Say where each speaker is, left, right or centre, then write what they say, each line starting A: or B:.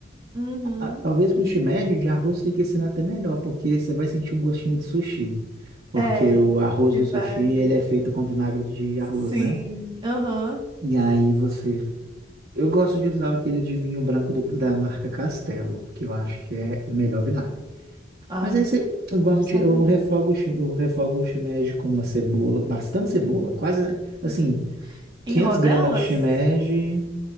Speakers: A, on the right; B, on the right.
A: Uhum.
B: Ah, Talvez para o shimeji, o de arroz fique sendo até melhor, porque você vai sentir um gostinho de sushi, porque
A: É,
B: o arroz
A: que
B: do
A: vai.
B: sushi, ele é feito com vinagre de
A: Sim.
B: arroz, né?
A: Aham.
B: E aí você... Eu gosto de usar aquele de vinho branco do- da marca Castelo, que eu acho que é o melhor vinagre.
A: Ah,
B: Mas aí você, eu gosto
A: não sabe.
B: de, eu refogo, o shi- eu refogo o shimeji com uma cebola, bastante cebola, quase, assim,
A: Hum. Em
B: 500
A: rodelas?
B: gramas de shimeji